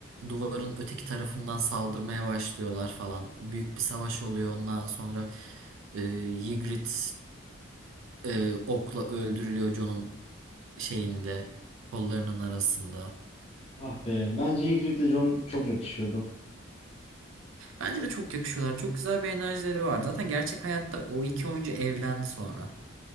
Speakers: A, on the right; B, on the left.
A: duvarın öteki tarafından saldırmaya başlıyorlar falan. Büyük bir savaş oluyor ondan sonra e, Ygritte e, okla öldürülüyor John'un şeyinde kollarının arasında.
B: Ah be, bence Ygritte'le Jon çok yakışıyordu.
A: Bence de çok yakışıyorlar. Çok güzel bir enerjileri var. Zaten gerçek hayatta o iki oyuncu evlendi sonra.